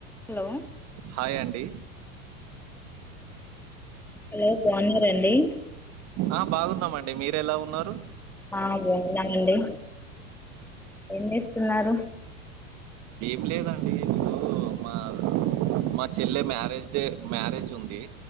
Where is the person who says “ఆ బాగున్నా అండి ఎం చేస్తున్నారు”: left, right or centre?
Centre